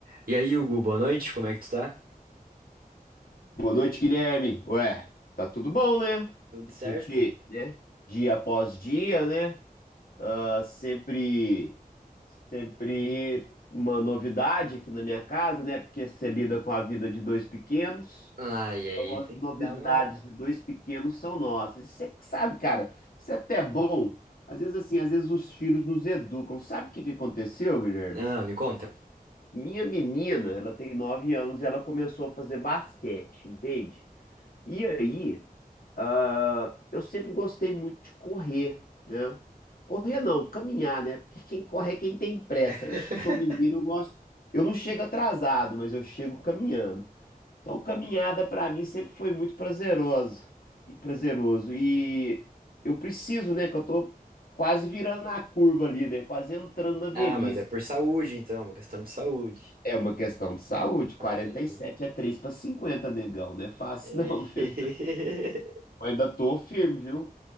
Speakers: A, on the right; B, on the left.
A: E aí, Hugo, boa noite, como é que tu tá?
B: Boa noite, Guilherme. Ué, tá tudo bom, né?
A: Tudo
B: A
A: certo?
B: gente, né? Dia após dia, né? Ah, sempre, sempre uma novidade aqui na minha casa, né? Porque você lida com a vida de dois pequenos.
A: Ah, e aí
B: Então, as
A: tem
B: novidades
A: que dar uma.
B: de dois pequenos são nossas. Você que sabe, cara, isso é até bom. Às vezes, assim, às vezes os filhos nos educam. Sabe o que que aconteceu, Guilherme?
A: Ah, me conta.
B: Minha menina, ela tem nove anos e ela começou a fazer basquete, entende? E aí, ah, eu sempre gostei muito de correr, né? Correr não, caminhar, né? Porque quem corre é quem tem pressa.
A: <laughs>
B: Eu sou mineiro, eu gosto. Eu não chego atrasado, mas eu chego caminhando. Então, caminhada pra mim sempre foi muito prazeroso e prazeroso. E eu preciso, né? Que eu tô quase virando a curva ali, né? Quase entrando na velhice.
A: Ah, mas é por saúde, então, uma questão de saúde.
B: É uma questão de saúde. 47
A: Ali.
B: é 3 para 50, negão, não é fácil
A: É.
B: <laughs> não, viu?
A: <laughs>
B: Mas ainda tô firme, viu?